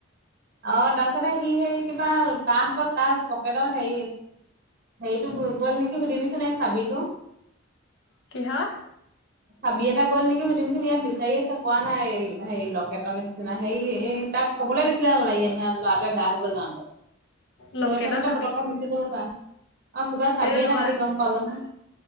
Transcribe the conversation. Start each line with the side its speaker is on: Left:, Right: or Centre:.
Right: অ', তাৰপিছতে সি সেই কিবা তাহ হাতত তাৰ পকেটৰ হেৰি হেৰিটো গ গ'ল নেকি সুধিবিচোন চাবিটো
Left: কিহৰ
Right: চাবি এটা গল নেকি সধিচোন ইয়া বিচাৰি আছে পোৱা নাই, হেৰি লকেটৰ নিচিনা হেৰি এই তাক কবলে দিছিলে হ'বলা <unintelligible> ল'ৰাটোৱে গা ধুবলৈ যাওঁতেই,
Left: লকেটৰ
Right: লৈ থাকোতে
Left: চাবি
Right: পতককে গুচি যাব পাৰে। অ', কিবা চাবি
Left: এই লোৱা
Right: এটা সেতি গম পাব নহয়।